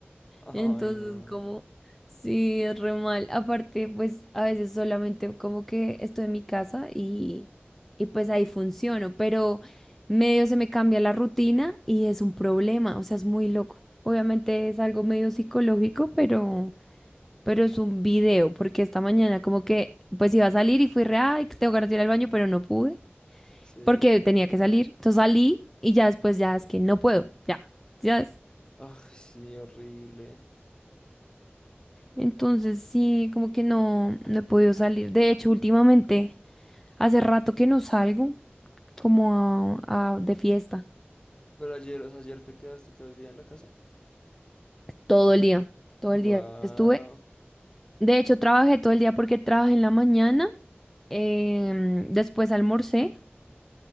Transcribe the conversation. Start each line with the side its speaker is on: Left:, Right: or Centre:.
Left: Ay,
Centre: Entonces,
Left: no.
Centre: como, sí, es re mal. Aparte, pues a veces solamente como que estoy en mi casa y, y pues ahí funciono, pero medio se me cambia la rutina y es un problema, o sea, es muy loco. Obviamente es algo medio psicológico, pero, pero es un video, porque esta mañana como que, pues iba a salir y fui re, ay, que tengo ganas de ir al baño, pero no pude,
Left: Sí.
Centre: porque tenía que salir. Entonces salí y ya después ya es que no puedo, ya, ya es.
Left: Ay, sí, horrible.
Centre: Entonces sí, como que no, no he podido salir. De hecho, últimamente, hace rato que no salgo como a, a- de fiesta.
Left: Pero ayer, o sea, ayer te quedaste todo el día en la casa.
Centre: Todo el día. Todo el
Left: Guau.
Centre: día estuve. De hecho, trabajé todo el día porque trabajé en la mañana, em, después almorcé,